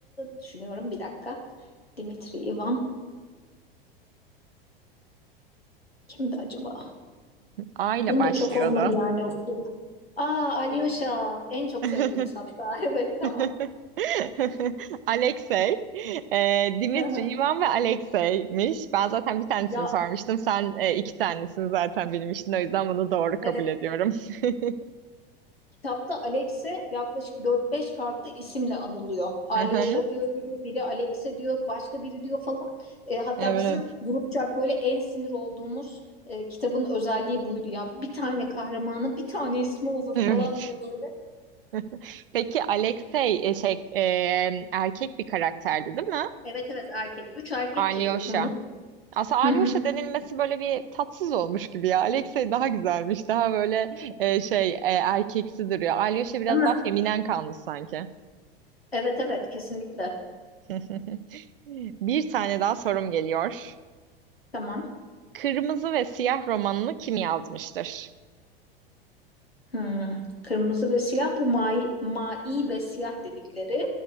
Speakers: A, on the left (about 85°); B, on the right (about 65°).
A: Düşünüyorum bir dakika. Dimitri, Ivan kimdi acaba?
B: A ile
A: Bunu
B: başlıyordu.
A: da çok olmadı yani okuyun. Aa Alyosha en çok
B: <laughs>
A: sevdiğimiz hatta. <laughs> Evet tamam.
B: <laughs> Alexey. Ee, Dimitri,
A: Hı hı.
B: Ivan ve Alexey'miş. Ben zaten bir tanesini
A: Ya
B: sormuştum. Sen e, iki tanesini zaten bilmiştin. O yüzden bunu doğru kabul
A: evet
B: ediyorum. <laughs>
A: Kitapta Alex'e yaklaşık dört beş farklı isimle anılıyor. Alyosha
B: Hı hı.
A: diyor biri, biri Alex'e diyor, başka biri diyor falan. E, hatta
B: Evet,
A: bizim grupçak böyle en sinir olduğumuz e, kitabın özelliği buydu. Ya bir tane kahramanın bir tane ismi olur
B: evet.
A: falan diye böyle.
B: <laughs> Peki Alexey e, şey, e, erkek bir karakterdi, değil mi?
A: Evet evet erkek. Üç erkek
B: Alyosha.
A: çocuğu bunun.
B: Aslında Alyosha
A: Hı hı.
B: denilmesi böyle bir tatsız olmuş gibi ya. Alexey daha güzelmiş. Daha böyle e, şey e, erkeksi duruyor. Alyosha biraz
A: Değil mi?
B: daha feminen kalmış sanki.
A: Evet evet kesinlikle.
B: <laughs> Bir tane daha sorum geliyor.
A: Tamam.
B: Kırmızı ve Siyah romanını kim yazmıştır?
A: Hmm. Kırmızı ve siyah bu mai, mai ve siyah dedikleri.